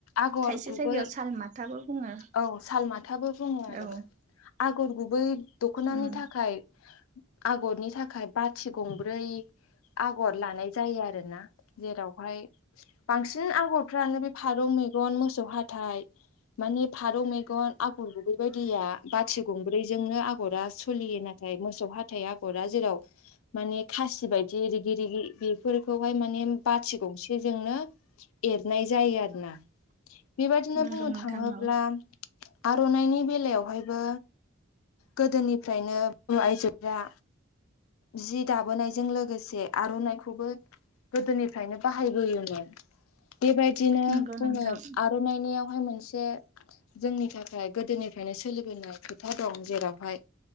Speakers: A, on the left; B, on the right.
A: आगर
B: खायसे
A: गुबै
B: जायगायाव सालमाथाबो बुङो
A: औ सालमाथाबो बुङो आरोना।
B: औ
A: आगर गुबै दख'नानि
B: उम
A: थाखाय आगरनि थाखाय बाथि गंब्रै आगर लानाय जायो आरोना जेरावहाय बांसिन आगरफ्रानो बे फारौ मेगन मोसौ हाथाइ मानि फारौ मेगन आगर गुबै बेैबायदिया बाथि गंब्रैजोंनो आगरा सोलिय ना मोसौ हाथाइ आगरा जेराव मानि खासि बायदि दि रिगि रिगि बेफोरखौहाय माने बाथि गंसेजोंनो एरनाय जायो आरोना बेबायदिनो
B: नंगौ
A: बुंनो
B: नोंथां
A: थाङोब्ला
B: औ
A: आर'नाइनि बेलायावहायबो गोदोनिफ्रायनो बर' आइजोफोरा जि दाबोनायजों लोगोसे आर'नाइखौबो गोदोनिफ्रायनो बाहायबोयोमोन बेबायदिनो
B: नंगौ
A: बुङो
B: नोंथां
A: दनायनियावहाय मोनसे जोंनि थाखाय गोदोनिफ्रायनो सोलिबोनाय खोथा दं जेरावहाय